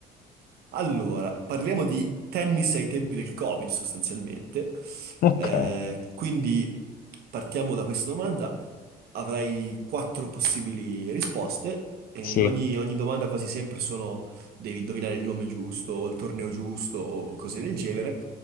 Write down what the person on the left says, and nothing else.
Ok,
<laughs> sì,